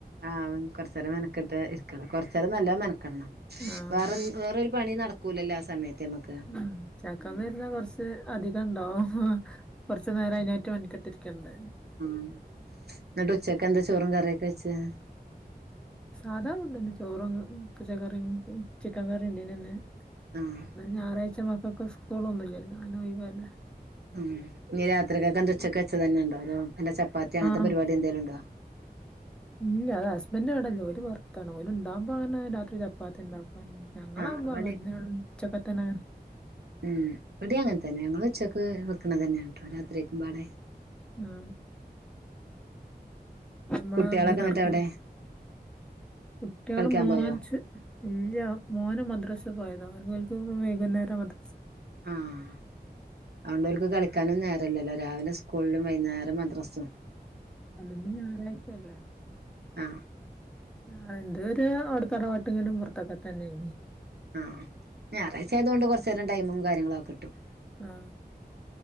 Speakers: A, on the right; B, in the centre.
A: ആഹ് കൊറച്ചേരം മെനക്കെട്ട് ഇരിക്കണം കൊറച്ചേരം നല്ലോം മെനക്കെടണം
B: ആഹ്
A: വേറെ വേറൊരു പണിയും നടക്കൂല്ലല്ലോ ആ സമയത്ത് നമ്മക്ക്
B: ആ ചക്കമ്മെ ഇരുന്ന കൊറച്ച് അധികം ഇണ്ടാവും കൊറച്ചു നേരം അയ്നായിട്ട് മെനക്കെട്ടിരിക്കണ്ടെ
A: ആ ന്നിട്ട് ഉച്ചക്ക്‌ എന്താ ചോറും കറിയൊക്കെ വെച്ചത്
B: സാധാ ഫുഡ്ന്നെ ചോറും പച്ചക്കറിയും ചിക്കൻ കറിയും ഉണ്ടെയ്നിം ഇന്ന്
A: ആഹ്
B: ഇന്ന് ഞായറാഴ്ച മക്കക്ക് സ്കൂളൊന്നും ഇല്ലല്ലോ ഇന്ന് ഒഴിവല്ലേ
A: ഉം ഇനി രാത്രിക്കൊക്കെന്ത ഉച്ചക്ക് വെച്ചതെന്നെ ഉണ്ടോ അതോ എന്താ ചപ്പാത്തി അങ്ങനത്തെ
B: ആഹ്
A: പരിപാടി എന്തേലുണ്ടോ
B: ഇല്ല അത് ഹസ്ബൻഡ് ഇവിടെല്ല ഓല് പൊറത്താണ് ഓല് ഇണ്ടാ വുമ്പങ്ങനെ രാത്രി ചപ്പാത്തി ഇണ്ടാക്കും ഞങ്ങളാവുമ്പോ
A: ആഹ് ഇവടേം
B: അങ്ങനെന്നെ ഉച്ചക്കത്തന്നെ
A: ഉം ഇവിടെ അങ്ങനെ തന്നെ ഞങ്ങൾ ഉച്ചയ്ക്ക് വെക്കണ തന്നെയാ കേട്ടോ രാത്രിക്കുമ്പാടെ
B: ആ നമ്മളാ
A: കുട്ടികളൊക്കെ
B: എന്ത്
A: എന്നിട്ട്
B: നടപ്പില്ല
A: എവിടെ
B: കുട്ടികള്
A: കളിക്കാൻ
B: മോർച്ച്
A: പോയോ
B: ഇല്ല മോന് മദ്രാസ് പോയതോ അവപോലക്ക് വൈകുന്നേരം മദ്രാസ്
A: ആഹ അതുകൊണ്ടൊക്ക് കള കാനും നേരല്ലല്ലോ രാവിലെ സ്കൂളിലും വൈകുന്നേരം മദ്രാസും
B: അല്ല നീ ഞായറാഴ്ചയല്ല
A: ആ
B: ആ എന്ത ഒരു അവിടുത്തെറ പട്ടെങ്കിലും പുറത്തൊക്കെ തന്നെയ
A: ആഹ് ഞായറാഴ്ച ആയതുകൊണ്ട് കുറച്ചു നേരം ടൈമും കാര്യങ്ങളൊക്കെ കിട്ടും
B: ആഹ